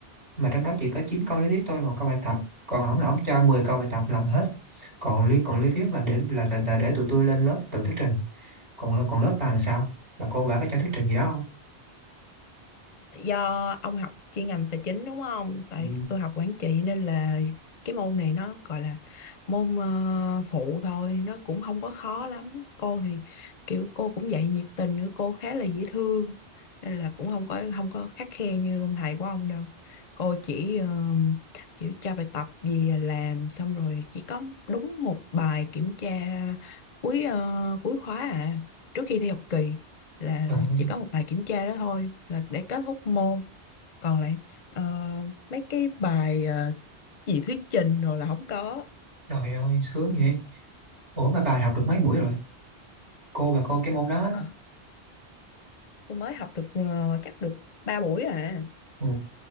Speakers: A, on the right; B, on the left.
A: mà trong đó chỉ có 9 câu lý thuyết thôi một câu bài tập còn ổng là ổng cho 10 câu bài tập làm hết còn lý còn lý thuyết là để là, là, là để tụi tôi lên lớp tự thuyết trình còn lớp còn lớp bà làm sao bà cô bà có cho thuyết trình gì đó
B: do ông học chuyên ngành tài chính đúng không? Tại
A: Ừ.
B: tôi học quản trị nên là cái môn này nó gọi là môn ờ, phụ thôi, nó cũng không có khó lắm. Cô thì kiểu cô cũng dạy nhiệt tình nữa, cô khá là dễ thương nên là cũng không có không có khắt khe như ông thầy của ông đâu. Cô chỉ ờ, kiểu cho bài tập về làm xong rồi chỉ có đúng một bài kiểm tra cuối ờ, cuối khóa à, trước khi thi học kỳ là
A: Trời,
B: chỉ có một bài kiểm tra đó thôi là để kết thúc môn còn lại ờ, mấy cái bài ờ, gì thuyết trình rồi là không có
A: trời ơi, sướng vậy. Ủa mà bà học được mấy buổi rồi? Cô bà cô cái môn đó.
B: Ờ, tôi mới học được ờ, chắc được 3 buổi à
A: Ừ.